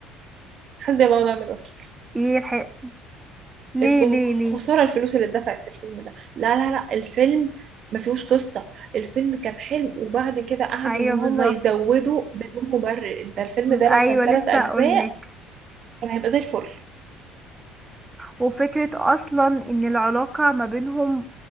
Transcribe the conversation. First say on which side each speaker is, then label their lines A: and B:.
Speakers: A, on the right (about 50°); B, on the right (about 15°).
A: حسبي الله ونعم الوكيل
B: ايه الح... ليه
A: انتوا
B: ليه ليه
A: خسارة الفلوس اللي اتدفعت في الفيلم ده لا لا لا الفيلم ما فيهوش قصة الفيلم كان حلو وبعد كده قعدوا
B: ايوه
A: ان هم
B: بالظبط
A: يزودوا بدون مبرر ده الفيلم ده
B: ايوه
A: لو كان ثلاث
B: لسه
A: اجزاء
B: اقولك
A: كان هيبقى زي الفل
B: وفكره اصلا ان العلاقه ما بينهم